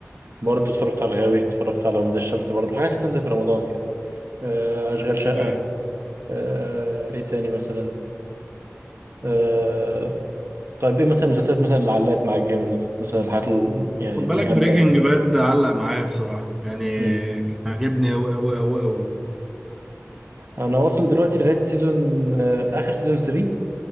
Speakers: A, on the right; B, in the centre.
A: برضه اتفرجت على الغاوي اتفرجت على ولاد الشمس برضه حاجات بتنزل في رمضان يعني آه اشغال
B: اوكي
A: شقة آه ايه تاني مثلا آه طيب ايه مثلا المسلسلات مثلا اللي علقت معاك جامد اللي كانت مثلا الحاجات ال- يعني
B: خد بالك
A: اللي جامدة
B: بريكنج باد علق معايا بصراحه يعني
A: مم.
B: كان عاجبني قوي قوي قوي قوي
A: انا واصل دلوقتي لغايه سيزون آه، اخر سيزون 3